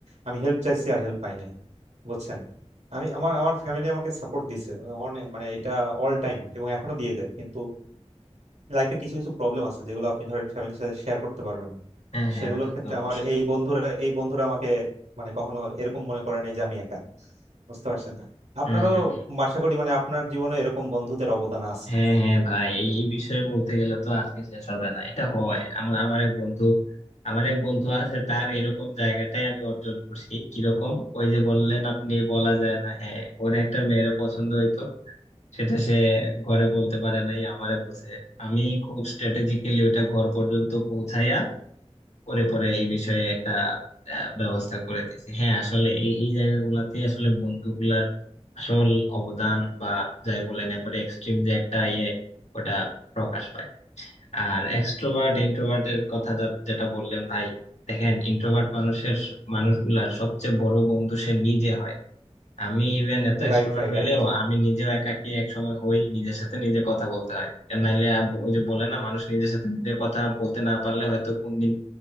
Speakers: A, on the right; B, on the left.
A: আমি হেল্প চাইছি আর হেল্প পাই নাই বুঝছেন আমি আমার আমার ফ্যামিলি আমাকে সাপোর্ট দিছে অনে- মানে এটা অল টাইম এবং এখনো দিয়ে যায় কিন্তু লাইফে কিছু কিছু প্রবলেম আছে যেগুলো আপনি ধরেন ফ্যামিলির সাথে শেয়ার করতে পারবেন না।
B: হ্যাঁ হ্যাঁ
A: সেগুলোর
B: ওটা
A: ক্ষেত্রে
B: তো অবশ্যই
A: আমার এই বন্ধুরা এই বন্ধুরা আমাকে মানে কখনো এরকম মনে করে নাই যে আমি একা বুঝতে পারছেন না আপনারও
B: হম হম
A: আশা করি মানে আপনার জীবনে এরকম বন্ধুদের অবদান আছে
B: হ্যাঁ হ্যাঁ ভাই এই এই বিষয়ে বলতে গেলে তো আজকে শেষ হবে না এটা হয় আমার আমার এক বন্ধু আমার এক বন্ধু আছে তার এরকম জায়গাটাই আমি অর্জন করছি কিরকম ওই যে বললেন আপনি বলা যায় না হ্যাঁ ওর একটা মেয়ের পছন্দ হইতো সেটা সে ঘরে বলতে পারে নাই আমারে বলছে আমি খুব স্ট্র্যাটেজিক্যালি ওটা ঘর পর্যন্ত পৌঁছাইয়া করে পরে এই বিষয়ে একটা আহ, ব্যবস্থা করে দিয়েছে হ্যাঁ আসলে এই এই জায়গাগুলোতে আসলে বন্ধুগুলার আসল অবদান বা যাই বলেন একবারে এক্সট্রিম যে একটা ইয়ে ওটা প্রকাশ পায় আর এক্সট্রোভার্ট ইন্ট্রোভার্টের কথা যা- যেটা বললেন ভাই দেখেন ইন্ট্রোভার্ট মানুষের স- মানুষগুলার সবচেয়ে বড় বন্ধু সে নিজে হয় আমি ইভেন এত এক্সট্রোভার্ট
A: রাইট ভাই
B: হইলেও
A: রাইট
B: আমি নিজেও একাকী এক সময় হই নিজের সাথে নিজে কথা বলতে হয় আর নাইলে আব- ওই যে বলে না মানুষ নিজের সাথে নিজের কথা বলতে না পারলে হয়তো কোনদিন